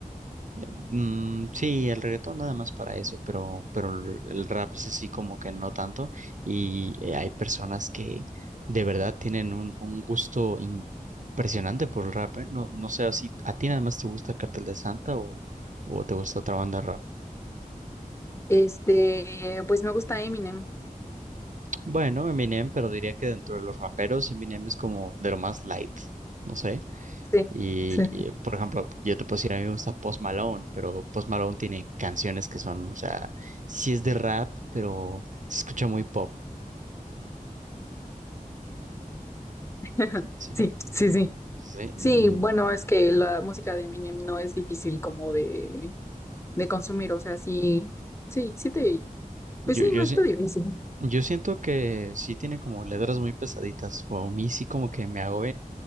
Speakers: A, on the right; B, on the left.
A: Eh, mm, sí, el reggaetón nada más para eso, pero, pero el el rap es así como que no tanto y eh, hay personas que de verdad tienen un, un gusto impresionante por el rap, ¿eh? No, no sé si a ti nada más te gusta Cartel de Santa o, o te gusta otra banda de rap.
B: Este, pues me gusta Eminem.
A: Bueno, Eminem, pero diría que dentro de los raperos, Eminem es como de lo más light, no sé.
B: Sí,
A: Y,
B: sí, sí.
A: y, por ejemplo, yo te puedo decir, a mí me gusta Post Malone, pero Post Malone tiene canciones que son, o sea, sí es de rap, pero se escucha muy pop.
B: <laughs>
A: Sí,
B: Sí, sí, sí.
A: sí. Mm,
B: Sí, bueno, es que la música de Eminem no es difícil como de, de consumir, o sea, sí, sí, sí te,
A: Yo,
B: pues sí,
A: yo,
B: no está
A: sí-
B: difícil.
A: yo siento que sí tiene como letras muy pesaditas, o a mí sí como que me hago